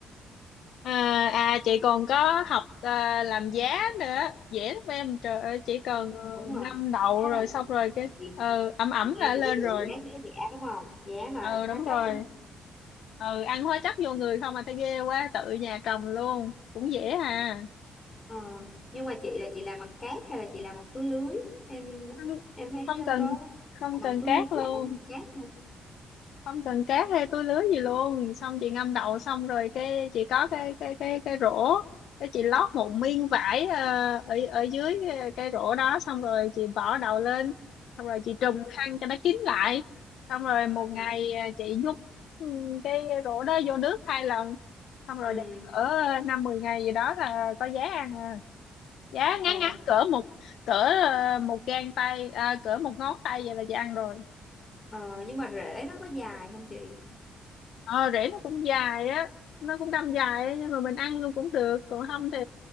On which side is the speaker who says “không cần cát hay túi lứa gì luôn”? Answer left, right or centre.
Left